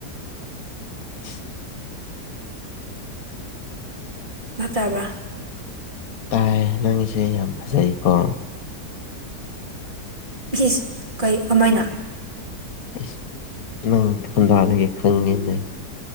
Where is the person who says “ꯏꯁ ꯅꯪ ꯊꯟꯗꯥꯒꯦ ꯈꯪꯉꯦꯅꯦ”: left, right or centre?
Left